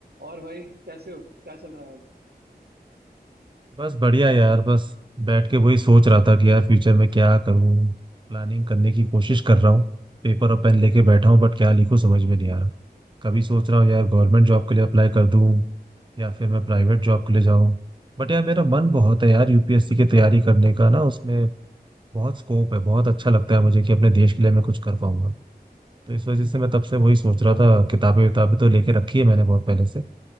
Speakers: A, on the right; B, on the right.
A: और भाई कैसे हो क्या चल रहा है अब
B: बस बढ़िया यार बस बैठ के वही सोच रहा था कि यार फ्यूचर में क्या करूं प्लानिंग करने की कोशिश कर रहा हूँ पेपर और पेन लेके बैठा हूँ बट क्या लिखूं समझ में नहीं आ रहा कभी सोच रहा हूँ यार गवर्नमेंट जॉब के लिए अप्लाई कर दूं या फिर मैं प्राइवेट जॉब के लिए जाऊं बट यार मेरा मन बहुत है यार यूपीएससी की तैयारी करने का ना उसमें बहुत स्कोप है बहुत अच्छा लगता है मुझे कि अपने देश के लिए मैं कुछ कर पाऊंगा तो इस
A: हम्म,
B: वजह से मैं तब से वही सोच रहा था किताबें किताबें तो लेके रखी है मैंने बहुत पहले से